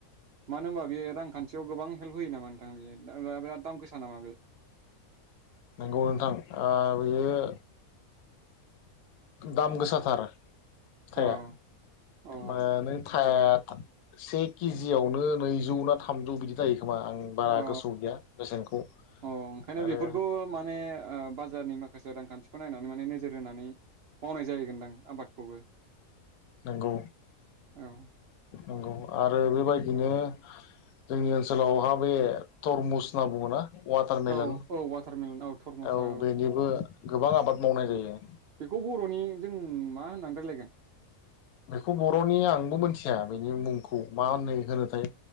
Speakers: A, on the right; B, on the left.
A: मानो होनबा बेयो रांखान्थियाव गोबां हेल्प होयो नामा नोंथां। बिराद दाम गोसा गोबां नामा बेयो
B: नंगौ नोंथां ओ बेयो दाम गोसाथार‌। थाया
A: अ अ
B: मानो थाया से केजियावनो नैजौ ना थामजौ बिदि जायो। खोमा आं बारा
A: अ
B: गोसोआव गैया बेसेनखौ
A: अ ओंखायनो
B: आरो
A: बेफोरखौ माने ओ बाजारनि माखासे रांखान्थिखौ नायनानै माने नोजोर होनानै मावनाय जाहैगोनदां आबादखौबो।
B: नंगौ
A: औ
B: नंगौ। आरो बेबायदिनो जोंनि ओनसोलाव हाब बे थरमुस होनना बुङो ना वाटारमेलन
A: औ औ वाटारमेलन औ थरमुसा
B: औ बेनिबो गोबां आबाद मावनाय जायो।
A: बेखौ बर'नि जों मा होननानै रायलायगोन।
B: बेखौ बर'नि आंबो मिथिया बेनि मुंखौ मा होनोथाय